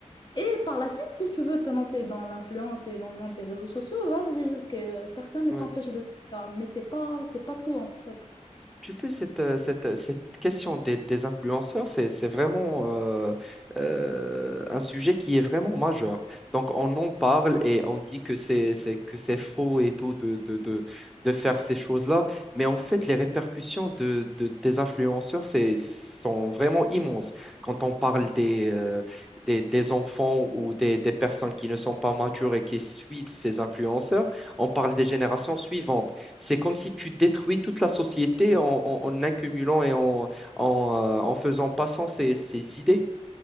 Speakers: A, on the left (about 35°); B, in the centre.
A: Et par la suite, si tu veux te lancer dans l'influence et dans le monde des réseaux sociaux, vas-y, que personne ne
B: oui.
A: t'empêche de faire ça. Mais c'est pas, c'est pas tout en fait.
B: Tu sais, cette, euh, cette, euh, cette question des, des influenceurs, c'est, c'est vraiment euh, euh, un sujet qui est vraiment majeur. Donc, on en parle et on dit que c'est, c'est- que c'est faux et tout de, de, de, de faire ces choses-là. Mais en fait, les répercussions de, de- des influenceurs c'est, sont vraiment immenses. Quand on parle des, euh, des, des enfants ou des, des personnes qui ne sont pas matures et qui suivent ces influenceurs, on parle des générations suivantes. C'est comme si tu détruis toute la société en, en- en accumulant et en, en, euh, en faisant passant ses, ses idées.